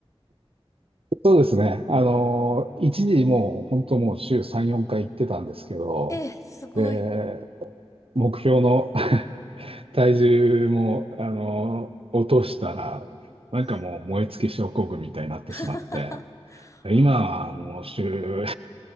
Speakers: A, on the right; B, on the left.
A: そうですね。あの、一時もう本当もう週3、4回行ってたんですけど、
B: ええ、すごい。
A: で、目標の <laughs> 体重も、あの、落としたら、なんかもう燃え尽き症候群みたいになってしまって、
B: はい。<laughs> はい。
A: 今はもう週、